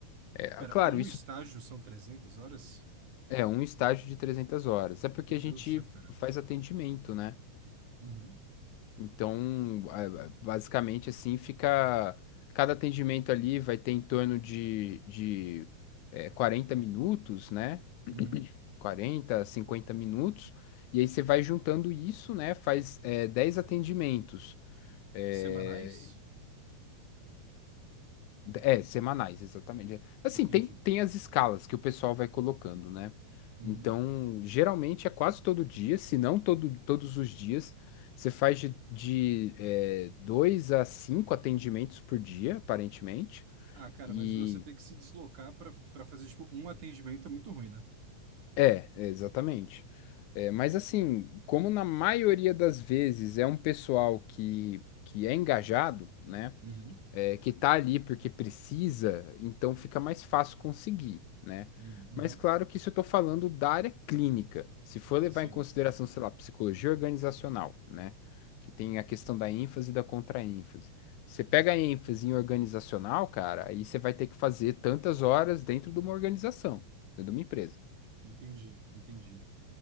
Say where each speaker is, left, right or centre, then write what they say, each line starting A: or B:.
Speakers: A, on the left (about 80°); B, on the right (about 85°).
A: É,
B: Pera,
A: ah, claro,
B: um
A: isso
B: estágio são 300 horas?
A: é um estágio de 300 horas. É porque
B: Meu
A: a
B: Deus
A: gente
B: do céu, cara.
A: faz atendimento, né?
B: Uhum,
A: Então, a- a- basicamente assim, fica cada atendimento ali vai ter em torno de, de é, 40 minutos, né?
B: uhum.
A: quarenta, 50 minutos, e aí você vai juntando isso, né? Faz é, 10 atendimentos. É,
B: Semanais?
A: é, semanais, exatamente. É, Assim,
B: Entendi.
A: tem, tem as escalas que o pessoal vai colocando, né?
B: Uhum.
A: Então, geralmente é quase todo dia, se não todo, todos os dias. Você faz de, de é, dois a cinco atendimentos por dia, aparentemente.
B: Ah, cara,
A: E
B: mas você tem que se deslocar para para fazer, tipo, um atendimento é muito ruim, né?
A: É, é, exatamente. É, mas assim, como na maioria das vezes é um pessoal que, que é engajado, né?
B: Uhum,
A: é, que tá ali porque precisa, então fica mais fácil conseguir, né?
B: uhum,
A: Mas
B: uhum.
A: claro que isso eu tô falando da área clínica. Se for levar
B: Sim,
A: em consideração, sei lá, psicologia organizacional, né? Que tem a questão da ênfase e da contraênfase. Você pega a ênfase em organizacional, cara, aí você vai ter que fazer tantas horas dentro de uma organização, dentro de uma empresa.
B: entendi, entendi.